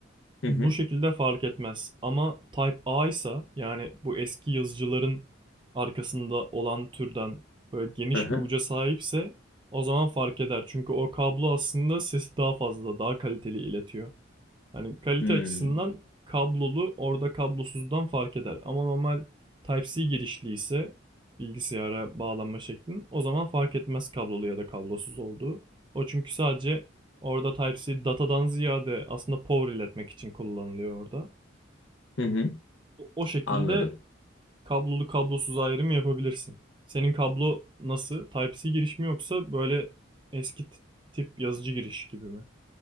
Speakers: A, on the left; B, on the right.
A: Hı hı.
B: Bu şekilde fark etmez. Ama Type A ise yani bu eski yazıcıların arkasında olan türden böyle geniş
A: Hı hı.
B: bir uca sahipse o zaman fark eder. Çünkü o kablo aslında sesi daha fazla, daha kaliteli iletiyor. Hani kalite
A: Hmm.
B: açısından kablolu orada kablosuzdan fark eder. Ama normal Type-C girişli ise bilgisayara bağlanma şeklin o zaman fark etmez kablolu ya da kablosuz olduğu. O çünkü sadece orada Type-C datadan ziyade aslında power iletmek için kullanılıyor orada.
A: Hı hı.
B: O, o şekilde
A: Anladım.
B: kablolu kablosuz ayrımı yapabilirsin. Senin kablo nasıl? Type-C giriş mi yoksa böyle eski tip yazıcı giriş gibi mi?